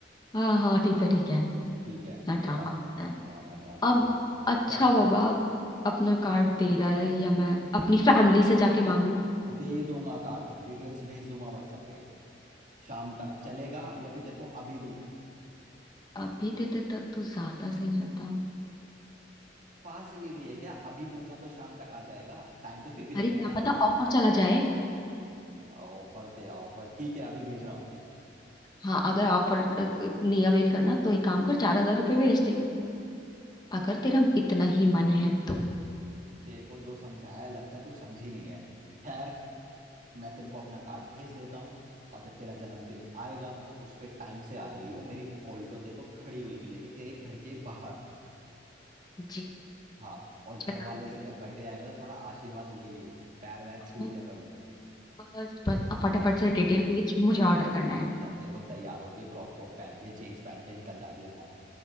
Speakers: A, on the left (about 25°); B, on the right (about 45°).
A: हाँ हाँ ठीक है ठीक है
B: ठीक है
A: इतना ड्रामा
B: और
A: करना है
B: ड्रामा ड्रामा
A: अब अच्छा
B: क्या
A: बाबा अपना कार्ड दे रहा है या मैं अपनी फैमिली से जाके मांगू
B: दे दूंगा कार्ड डिटेल्स भेज दूंगा व्हाट्सएप पे शाम तक चलेगा या फिर तेरे को अभी
A: अब भी देते तब तो ज्यादा सही रहता
B: दूं फास्ट डिलीवरी है क्या अभी दूंगा तो शाम तक आ जाएगा टाइम तो फिर भी लगेगा
A: अरे क्या
B: ना
A: पता ऑफर चला जाए
B: तेरा ऑफर तेरा ऑफर ठीक है अभी भेज रहा हूँ
A: हाँ अगर ऑफर नहीं अवेल करना तो एक काम कर चार हजार रुपये भेज दे अगर तेरा इतना ही मन है तो
B: तेरे को जो समझाया है, लगता है तू समझी नहीं है खैर मैं तेरे को अपना कार्ड भेज देता हूँ और जब तेरा जन्मदिन आएगा तो उस पे टाइम से आ जाइयो मेरी ऑल्टो तेरे को खड़ी हुई मिलेगी तेरे घर के बाहर
A: जी
B: हाँ और घर
A: बता
B: वालों
A: भाई।
B: से जब बर्थडे आएगा तो थोड़ा आशीर्वाद ले लियो पैर वैर छू
A: ओ,
B: लिया कर उनके
A: बस बस अब फटाफट
B: बस
A: से डिटेल भेज मुझे ऑर्डर करना है
B: जब देखो तैयार होके क्रॉप टॉप पहन के जीन्स पहन के निकल जाती है बाहर